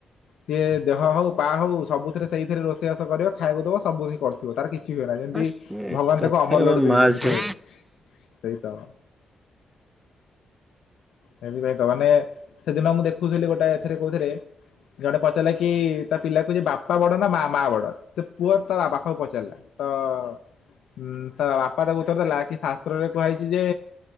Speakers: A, on the left (about 75°); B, on the right (about 15°).
A: ସିଏ ଦେହ ହଉ ପା ହଉ ସବୁଥିରେ ସେଇଥିରେ ରୋଷେଇବାସ କର ଖାଇବାକୁ ଦବ ସବୁ କରୁ ଥ ତାର କିଛି ହୁଏ ନା ଯେମିତି
B: ଆ ସିଏ
A: ଭଗବାନ
B: କଥାରେ
A: ତାକୁ ଅମର
B: ମୋ
A: ଲୋଡି ଦେଇଛନ୍ତି
B: ମା ସିଏ
A: ଖାଇବାକୁ ସେଇ ତ ସେଥିପାଇଁ ତ ମାନେ ସେଦିନ ମୁଁ ଦେଖୁଥିଲି ଗୋଟେ ଏଥିରେ କୋଉଥିରେ। ଜଣେ ପଚାରିଲା କି ତା ପିଲାକୁ ଯେ ବାପା ବଡ ନା ମା ମା ବଡ ସେ ପୁଅ ତା ବାପାକୁ ପଚାରିଲା। ତ ହୁଁ ତା ବାପା ତାକୁ ଉତ୍ତର ଦେଲା କି ଶାସ୍ତ୍ରରେ କୁହାଯାଇଛି ଯେ